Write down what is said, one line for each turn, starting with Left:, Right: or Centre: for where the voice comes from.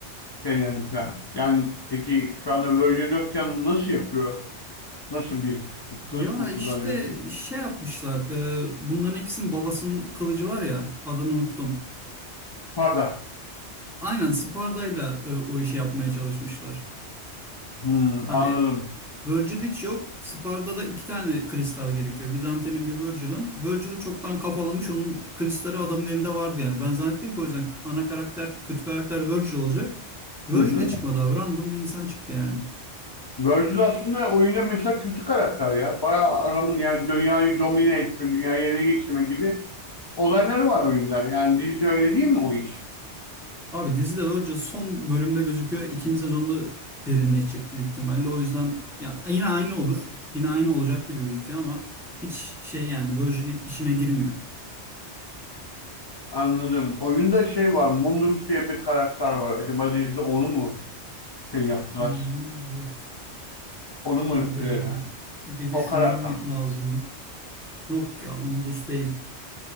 Left: şeylerini falan. Yani peki şu anda Virgil yokken nasıl yapıyor? Nasıl bir kılıç
Centre: Ya
Left: mı
Centre: işte
Left: kullanıyor?
Centre: şey yapmışlar. e, bunların ikisinin babasının kılıcı var ya adını unuttum.
Left: Pardon.
Centre: Aynen Sparda'yla e, o işi yapmaya çalışmışlar.
Left: Hmm,
Centre: Hani
Left: anladım.
Centre: Virgil hiç yok. Sparda'da iki tane kristal gerekiyor. Bir Dante'nin bir Virgil'ın. Virgil'i çoktan kafalamış. Onun kristali adamın elinde vardı yani. Ben zannettim ki o yüzden ana karakter, kötü karakter Virgil olacak. Virgil
Left: Hı hı.
Centre: de çıkmadı abi. Random bir insan çıktı yani.
Left: Virgil aslında oyunda mesela kötü karakter ya. Bayağı adamın yani dünyayı domine etme, dünyayı ele geçirme gibi olayları var oyunda. Yani dizide öyle değil mi o iş?
Centre: Abi dizide Virgil son bölümde gözüküyor. İkinci sezonda derinleşecek büyük ihtimalle. O yüzden ya yine aynı olur. Yine aynı olacak gibi gözüküyor ama hiç şey yani Virgil işine girmiyor.
Left: Anladım. Oyunda şey var, Mundus diye bir karakter var. Acaba dizide onu mu şey yaptılar.
Centre: Hmm, doğru.
Left: Onu mu
Centre: Şimdi e,
Left: e,
Centre: bir
Left: o
Centre: düşünmem
Left: karakter mi?
Centre: lazım. Yok ya Undus değil.